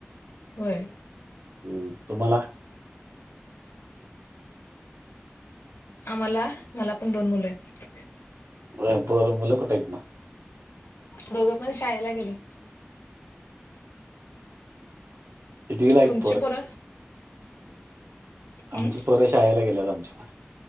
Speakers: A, on the left; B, on the right.
A: होय
B: हम्म तुम्हाला?
A: आम्हाला मला पण दोन मुलं आहेत.
B: होय, पोर मुलं कुठे आहेत मग
A: दोघं पण शाळेला गेले.
B: कितवीला आहेत
A: तुमची पोरं हम्म
B: आमची पोर शाळेला गेल्यात आमची पण